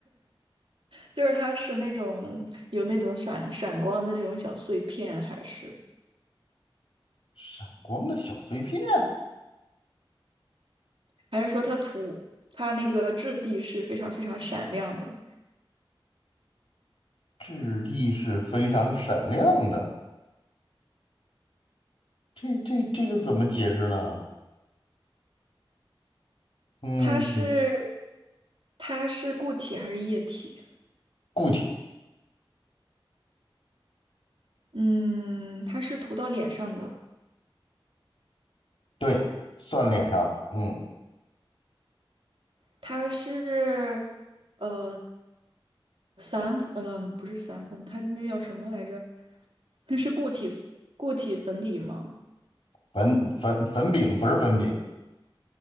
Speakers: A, on the right; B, on the left.
A: 就是它是那种有那种闪闪光的那种小碎片，还是
B: 闪光的小碎片，
A: 还是说它涂它那个质地是非常非常闪亮的？
B: 质地是非常闪亮的。这这这个怎么解释呢？嗯，
A: 它是它是固体还是液体？
B: 固体，
A: 嗯，它是涂到脸上的，
B: 对，算脸上。嗯，
A: 它是。呃。散，嗯、不是散粉，它那叫什么来着？那是固体固体粉底吗？
B: 粉粉粉饼不是粉饼，